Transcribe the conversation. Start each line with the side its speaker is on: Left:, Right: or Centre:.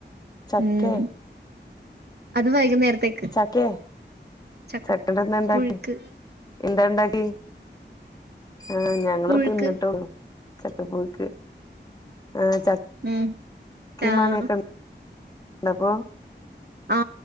Left: ചക്കേ
Right: ഉം അത് വൈകുന്നേരത്തേക്ക്
Left: ചക്കെ
Right: ചക്ക
Left: ചക്കേടെന്താണ്ടാക്കി
Right: പുഴുക്ക്
Left: എന്താണ്ടാ ടി ആ ഞങ്ങള്
Right: പുഴുക്ക്
Left: തിന്നിട്ടോള്ളു. ചക്കപ്പുഴുക്ക് ആഹ് ചക്
Right: ഉം
Left: ക്കിം
Right: ആഹ്
Left: മാങ്ങ്യൊക്കെൺ ണ്ടപ്പോ
Right: ആ